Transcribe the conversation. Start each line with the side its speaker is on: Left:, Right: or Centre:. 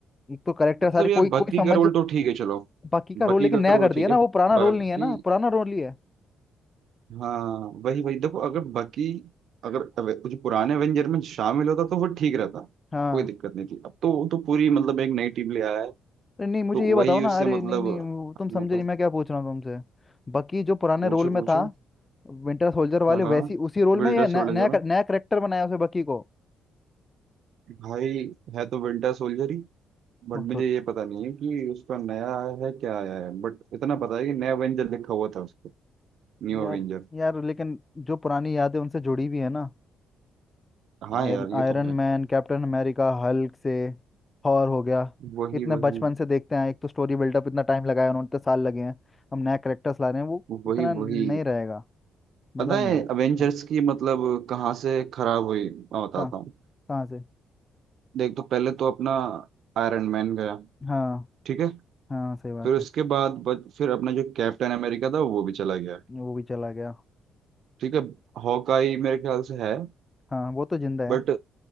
Left: एक तो करेक्टर
Right: मतलब
Left: सारे
Right: यार
Left: कोई
Right: बाकी
Left: कोई समझ
Right: का रोल तो ठीक है चलो
Left: बाकी का
Right: बाकी
Left: रोल लेकिन
Right: का
Left: नया
Right: रोल
Left: कर दिया
Right: ठीक
Left: ना
Right: है
Left: वो पुराना
Right: बाकी
Left: रोल नहीं है ना पुराना रोल ही है
Right: हाँ वही वही देखो अगर बाकी अगर अवे- जो पुराने एवेंजर में शामिल होता तो वो ठीक रहता
Left: हाँ
Right: कोई दिक्कत नहीं थी अब तो वो तो पूरी मतलब एक नई टीम ले आया है
Left: अरे नहीं
Right: तो
Left: मुझे ये बताओ
Right: वही
Left: ना
Right: उससे
Left: अरे
Right: मतलब
Left: नहीं नहीं वो तुम समझे
Right: बताओ
Left: नहीं मैं क्या पूछ रहा हूँ तुमसे बाकी जो पुराने
Right: पूछो
Left: रोल में
Right: पूछो
Left: था विंटर सोल्जर वाले
Right: हाँ हाँ
Left: वैसी उसी रोल
Right: विंटर
Left: में या न-
Right: सोल्जर
Left: नया
Right: में
Left: नया करेक्टर बनाया उसे बकी को
Right: भाई है तो विंटर सोल्जर ही बट
Left: तो, तो,
Right: मुझे ये पता नहीं है कि उसका नया आया है क्या आया है बट इतना पता है कि नया एवेंजर लिखा हुआ था उसको न्यू
Left: यार
Right: एवेंजर
Left: यार लेकिन जो पुरानी यादें उनसे जुड़ी हुई है ना
Right: हाँ
Left: Iron
Right: यार ये
Left: Iron
Right: तो है
Left: Man Captain America Hulk से थॉर हो गया
Right: वही
Left: इतने
Right: वही
Left: बचपन से देखते हैं एक तो स्टोरी बिल्डअप इतना टाइम लगाया उन्होंने इतने साल लगे हैं हम नया करेक्टर्स ला रहे हैं वो
Right: वही
Left: इतना
Right: वही
Left: नहीं रहेगा मज़ा
Right: पता
Left: नहीं
Right: है
Left: आएगा
Right: अवेंजर्स
Left: हाँ
Right: की मतलब कहाँ से खराब हुई मैं बताता
Left: कहाँ
Right: हूँ
Left: कहाँ से
Right: देख तो पहले तो अपना आयरन मैन गया
Left: हाँ
Right: ठीक है
Left: हाँ सही बात
Right: फिर उसके
Left: है
Right: बाद बच- फिर अपना जो कैप्टन अमेरिका था वो भी चला गया
Left: वो भी चला गया
Right: ठीक है हॉकाई मेरे ख्याल से है
Left: हाँ वो तो जिंदा
Right: बट
Left: है